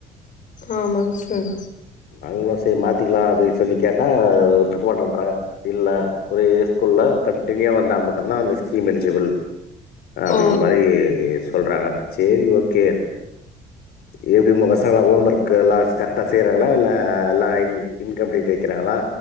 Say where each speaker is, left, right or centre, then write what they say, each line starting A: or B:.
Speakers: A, on the left (about 50°); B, on the left (about 70°).
A: ஆமாங்க சார்
B: நாங்களும் செரி மாத்திக்கலாம் அப்டின் சொல்லி கேட்டா ஒத்துக்க மாட்டன்றாங்க இல்ல ஒரே ஸ்கூல்ல கண்ட்டினியூவா வந்தா மட்டும்தான் அந்த ஸ்கீம் எலிஜிபிள் அப்டின்னு
A: ஆ
B: மாரி சொல்றாங்க சேரி ஓக்கே எப்பட உங்க பசங்களாம் ஹோம் ஒர்க் எல்லாம் கரெக்ட்டா செய்றாங்களா இல்ல எல்லான் இன் கம்ப்ளீட் வக்கிறாங்களா